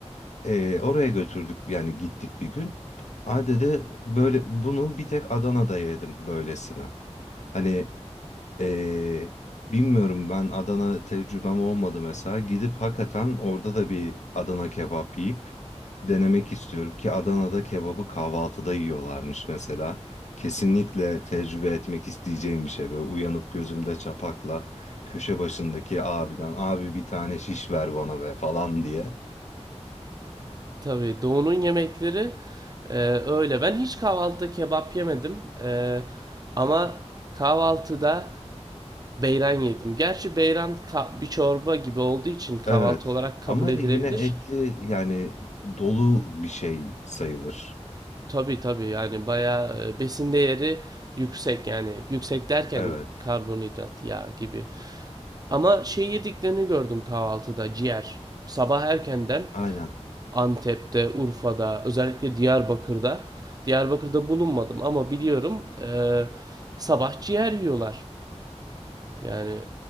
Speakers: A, on the left; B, on the right.
A: Ee, oraya götürdük yani gittik bir gün. Ay dedi böyle bunu bir tek Adana'da yedim böylesini. Hani ee, bilmiyorum ben Adana tecrübem olmadı mesela. Gidip hakikaten orada da bir Adana kebap yiyip denemek istiyorum ki Adana'da kebabı kahvaltıda yiyorlarmış mesela. Kesinlikle tecrübe etmek isteyeceğim bir şey böyle uyanıp gözümde çapakla köşe başındaki abiden abi bir tane şiş ver bana be falan diye.
B: Tabii doğunun yemekleri e, öyle. Ben hiç kahvaltıda kebap yemedim. E, ama kahvaltıda beyran yedim. Gerçi beyran ka- bir çorba gibi olduğu için kahvaltı
A: Evet
B: olarak kabul
A: ama
B: edilebilir.
A: yine etli yani dolu bir şey sayılır.
B: Tabii tabii yani bayağı e, besin değeri yüksek yani yüksek derken
A: Evet
B: karbonhidrat, yağ gibi. Ama şey yediklerini gördüm kahvaltıda ciğer. Sabah erkenden
A: aynen
B: Antep'te, Urfa'da, özellikle Diyarbakır'da. Diyarbakır'da bulunmadım ama biliyorum e, sabah ciğer yiyorlar. Yani